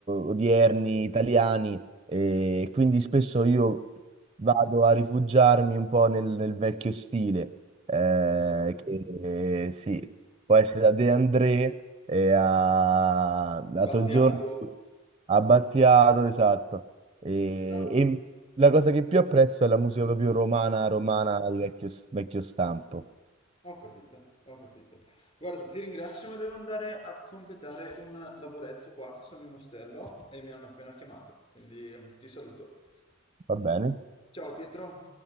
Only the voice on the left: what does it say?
Ok,
Battiato.
No.
Ho capito, ho capito. Guarda, ti ringrazio, ma devo andare a completare un lavoretto qua che sono in ostello e mi hanno appena chiamato, quindi eh, ti saluto.
Ciao Pietro.